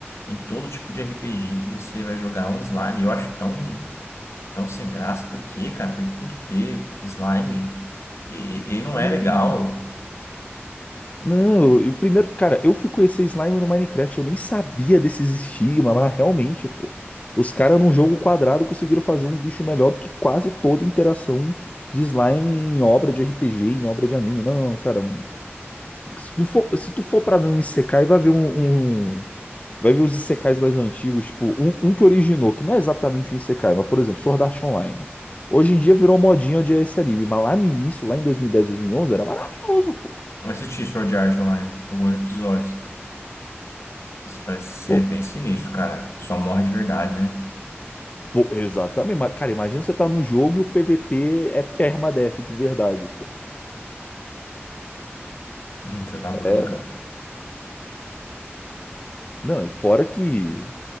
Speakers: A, on the left; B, on the left.
A: em todo tipo de RPG que você vai jogar um slime. Eu acho tão, tão sem graça. Por quê, cara? Por que tem que ter slime? E- e- Ele não
B: Não,
A: é legal.
B: não. E primeiro, cara, eu fui conhecer slime no Minecraft, eu nem sabia desses estigmas, mas realmente, pô. Os caras num jogo quadrado conseguiram fazer um bicho melhor do que quase toda interação de slime em obra de RPG, em obra de anime. Não, cara, Se tu for, se tu for pra ver um Isekai, vai ver um, um- Vai ver os Isekais mais antigos, tipo, um, um que originou, que não é exatamente um Isekai, mas, por exemplo, Sword Art Online. Hoje em dia virou modinha odiar esse anime, mas lá no início, lá em 2010, 2011, era maravilhoso, pô.
A: Eu assisti Sword Art Online, alguns episódios. Isso parece ser
B: Pô,
A: bem sinistro, cara. Só morre de verdade, né?
B: pô, exatamente. mas, Cara, imagina você tá num jogo e o PVP é permadeath de verdade, pô.
A: Hum, você tá
B: É,
A: doido, cara.
B: não, e fora que